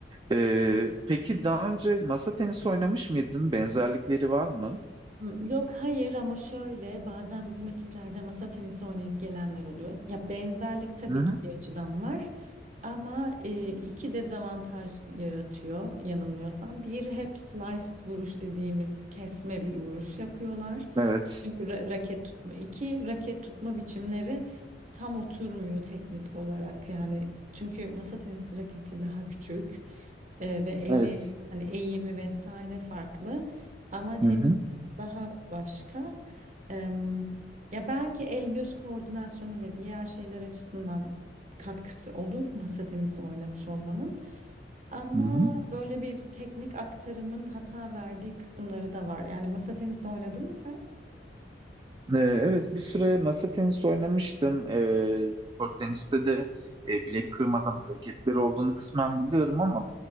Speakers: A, on the right; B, on the right.
A: Ee, peki daha önce masa tenisi oynamış mıydın? Benzerlikleri var mı?
B: Yok hayır ama şöyle bazen bizim ekiplerde masa tenisi oynayıp gelenler oluyor. Ya benzerlik tabii
A: Hı hı.
B: ki bir açıdan var ama e, iki dezavantaj yaratıyor yanılmıyorsam. Bir hep slice vuruş dediğimiz kesme bir vuruş yapıyorlar.
A: Evet.
B: Çünkü ra- raket tutma. iki raket tutma biçimleri tam oturmuyor teknik olarak. Yani çünkü masa tenisi raketi daha küçük e, ve eli
A: Evet.
B: hani eğimi vesaire farklı. Ama tenis
A: Hı hı.
B: daha başka. Em, ya belki el göz koordinasyonu ve diğer şeyler açısından katkısı olur masa tenisi oynamış olmanın. Ama
A: Hı hı.
B: böyle bir teknik aktarımın hata verdiği kısımları da var. Yani masa tenisi oynadın mı sen?
A: Ee, evet bir süre masa tenisi oynamıştım. Ee, kort teniste de e, bilek kırmadan hareketleri olduğunu kısmen biliyorum ama